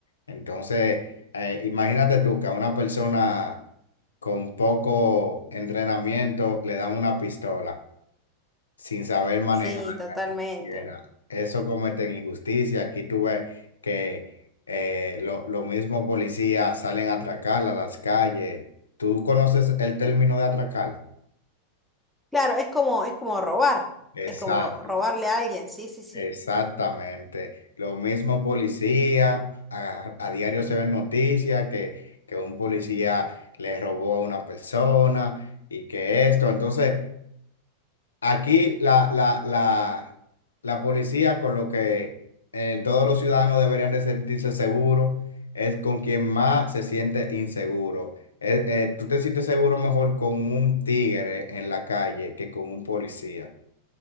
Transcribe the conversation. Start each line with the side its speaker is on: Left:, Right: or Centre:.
Left: Entonces, eh, imagínate tú que a una persona con poco entrenamiento le dan una pistola sin saber manejarla
Centre: Sí, totalmente.
Left: ni siquiera. Eso cometen injusticia. Aquí tú ves que eh, lo- los mismos policías salen a atracar a las calles. ¿Tú conoces el término de atracar?
Centre: Claro, es como, es como robar,
Left: Exacto,
Centre: es como robarle a alguien, sí, sí, sí.
Left: exactamente. Lo mismo policía, a, a diario se ven noticias que, que un policía le robó a una persona y que esto. Entonces, Aquí la, la, la, la policía con lo que eh, todos los ciudadanos deberían de sentirse seguros es con quien más se siente inseguro. Eh, eh, tú te sientes seguro mejor con un tigre en la calle que con un policía.